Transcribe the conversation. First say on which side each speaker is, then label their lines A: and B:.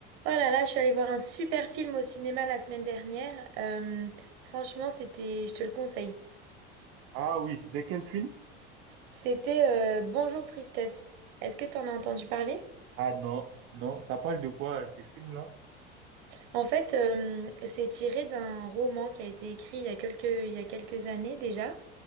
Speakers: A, on the right; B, on the right.
A: Oh là là, je suis allée voir un super film au cinéma la semaine dernière. Euh, franchement, c'était, je te le conseille.
B: Ah oui, c'était quel film?
A: C'était euh, Bonjour Tristesse. Est-ce que tu en as entendu parler?
B: Ah non, non, ça parle de quoi euh, ces films-là?
A: En fait, euh, c'est tiré d'un roman qui a été écrit il y a quelques, il y a quelques années déjà.